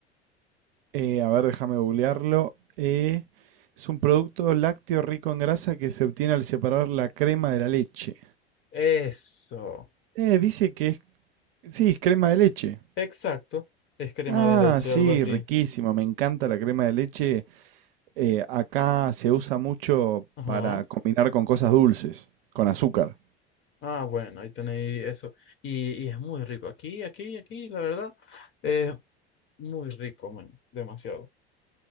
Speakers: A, on the right; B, on the left.
A: Eh, a ver, déjame googlearlo. Eh, es un producto lácteo rico en grasa que se obtiene al separar la crema de la leche.
B: Eso.
A: Eh, dice que es... Sí, es crema de leche.
B: Exacto. Es crema
A: Ah,
B: de leche,
A: sí,
B: algo así.
A: riquísimo. Me encanta la crema de leche. Eh, acá se usa mucho
B: Ajá.
A: para combinar con cosas dulces, con azúcar.
B: Ah, bueno, ahí tenéis eso. Y, y es muy rico. Aquí, aquí, aquí, la verdad, es muy rico, man. Demasiado.